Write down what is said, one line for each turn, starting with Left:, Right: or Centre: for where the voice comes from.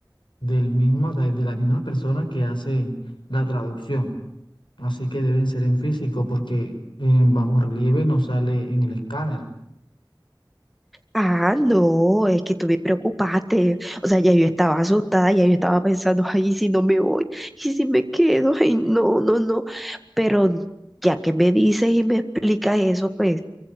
Left: del mismo, de, de la misma persona que hace la traducción. Así que deben ser en físico, porque en bajo relieve no sale en el escáner.
Centre: Ah, no, es que tú me preocupaste. O sea, ya yo estaba asustada, ya yo estaba pensando, ay, ¿y si no me voy, y si me quedo, ay, no, no, no. Pero ya que me dices y me explicas eso, pues